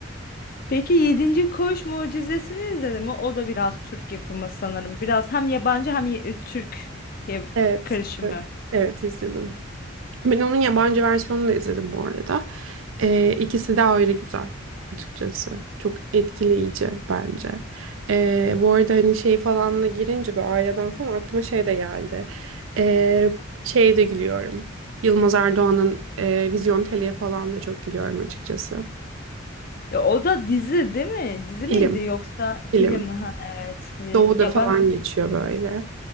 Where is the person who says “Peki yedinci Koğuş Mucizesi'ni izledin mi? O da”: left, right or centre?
Left